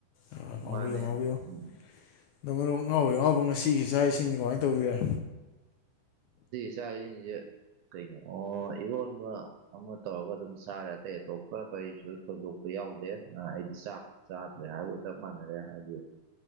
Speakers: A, on the left; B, on the right.
A: ꯑ ꯉꯕꯤꯌ
B: ꯃꯥꯅꯦ
A: ꯉꯕꯤꯌꯣ
B: ꯎꯝ
A: ꯗꯅꯣ ꯉꯉꯥꯎꯕꯩ ꯉꯉꯥꯎꯕ ꯉꯁꯤꯒꯤ ꯏꯥꯛ ꯏꯁꯤꯡꯗꯤ ꯀꯃꯥꯏꯅ ꯇꯧꯕꯤꯔꯦ
B: ꯆ ꯀꯩꯅꯣ ꯑꯣ ꯏꯔꯣꯟꯕ ꯑꯃ ꯇꯧꯔꯒ ꯑꯗꯨꯝ ꯆꯥꯔꯦ ꯑꯇꯩ ꯑꯇꯣꯞꯄ ꯀꯔꯤꯁꯨ ꯁꯣꯏꯗꯣꯛꯄ ꯌꯥꯎꯗꯦ ꯑꯩꯗꯤ ꯆꯥꯛ ꯆꯥꯗ꯭ꯔꯦ ꯍꯥꯏꯕꯒ ꯆꯞ ꯃꯥꯟꯅꯔꯦ ꯍꯥꯏꯗꯤ